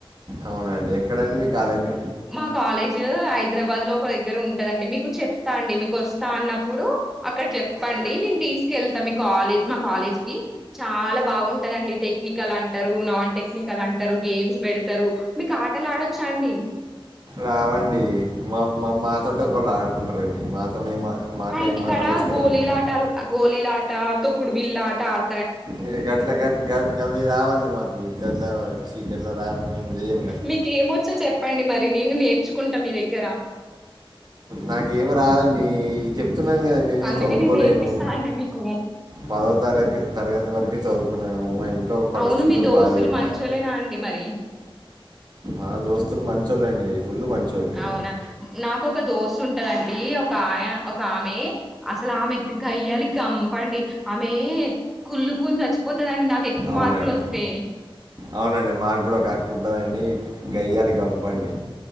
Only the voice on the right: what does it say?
అవునా అండి ఎక్కడండి మీ కాలేజీ
రావండి మా మా మాతోటి ఒకళ్ళు ఆడుకుంటారండి మాతో ఏ మాకు
ఏ మాటలు
వస్తాయండి
ఏ గట్ల గ గ గభ అవ మాకు గట్ల <unintelligible> మేము చేయం గట్ల
నాకేమి రాధండి చెప్ చెప్తున్నాను కదండీ నేను
చదువుకోలేను
పదో తరగతి తరగతి వరకే చదువుకున్నాను మా ఇంట్లో పరిస్థితులు
బాలేక
నా దోస్తులు మంచోళ్ళండి ఫుల్ మంచోళ్ళు
అవునండి
అవునండి మాకు కూడా ఒక అక్కుంటుందండి గయ్యాల గంపండి